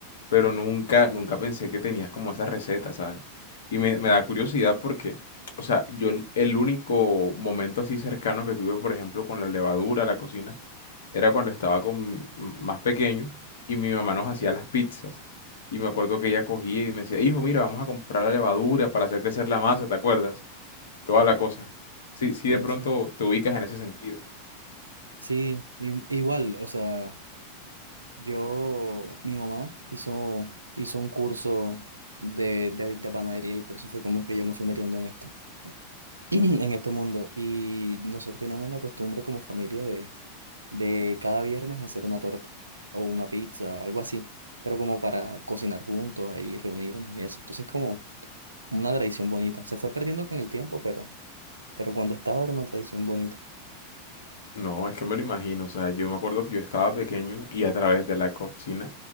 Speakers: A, on the left; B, on the right.
A: pero nunca, nunca pensé que tenías como esa receta, ¿sabes? Y me, me da curiosidad porque, o sea, yo el el único momento así cercano que tuve, por ejemplo, con la levadura, la cocina, era cuando estaba con, más pequeño y mi mamá nos hacía las pizzas. Y me acuerdo que ella cogía y me decía, hijo, mira, vamos a comprar la levadura para hacer crecer la masa, ¿te acuerdas? toda la cosa. Sí, sí,
B: sí,
A: de pronto
B: sí,
A: te ubicas en ese sentido.
B: Sí, i- igual, o sea, yo, mi mamá hizo, hizo un curso de, de, de panadería y por eso fue como que yo me fui metiendo en esto, <clears throat> en este mundo. Y nosotros teníamos la costumbre como familia de, de cada viernes hacer una torta o una pizza, algo así, pero como para cocinar juntos, ahí reunirnos y eso. Entonces, como... Una tradición bonita. Se fue perdiendo con el tiempo, pero, pero cuando estaba era una tradición bonita.
A: No, es que me lo imagino, o sea, yo me acuerdo que yo estaba pequeño y a través de la cocina